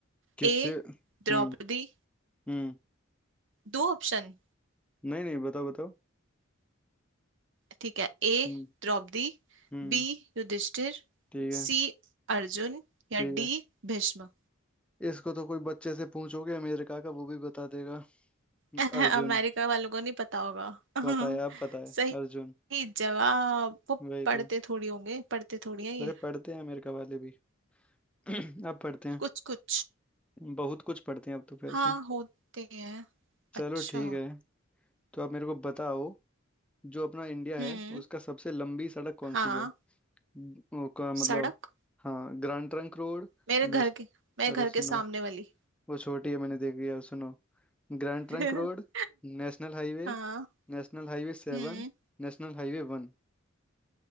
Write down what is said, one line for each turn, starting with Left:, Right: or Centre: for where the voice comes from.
Centre: किससे
Right: ए
Centre: हम्म
Right: द्रौपदी
Centre: हम्म
Right: दो ऑप्शन
Centre: नहीं नहीं बताओ बताओ
Right: ठीक है A
Centre: हम्म
Right: Draupadi
Centre: हम्म
Right: B Yudhishthir
Centre: ठीक है
Right: C Arjun
Centre: ठीक
Right: या
Centre: है
Right: डी भीष्म
Centre: इसको तो कोई बच्चे से पूछोगे अमेरिका का वो भी बता देगा
Right: <laughs>
Centre: अर्जुन
Right: अमेरिका वालों को नहीं पता होगा <laughs>
Centre: बताए आप बताए
Right: सही
Centre: अर्जुन
Right: जवाब वो
Centre: वही
Right: पढ़ते
Centre: तो
Right: थोड़ी होंगे पढ़ते थोड़ी हैं ये
Centre: अरे पढ़ते हैं अमेरिका वाले भी <clears throat> अब पढ़ते हैं
Right: कुछ कुछ
Centre: बहुत कुछ पढ़ते हैं अब तो वैसे
Right: हाँ होते हैं
Centre: चलो
Right: अच्छा
Centre: ठीक है तो आप मेरे को बताओ जो अपना इंडिया
Right: हम्म
Centre: है उसका सबसे लंबी सड़क कौन
Right: हाँ
Centre: सी है वो का मतलब
Right: सड़क
Centre: हाँ ग्रैंड ट्रंक रोड
Right: मेरे घर
Centre: नेश
Right: के मेरे
Centre: अरे
Right: घर
Centre: सुनो
Right: के सामने वाली
Centre: वो छोटी है मैंने देखी है सुनो ग्रैंड ट्रंक
Right: <laughs>
Centre: रोड नेशनल हाईवे
Right: हाँ
Centre: नेशनल हाईवे seven
Right: हम्म
Centre: नेशनल हाईवे one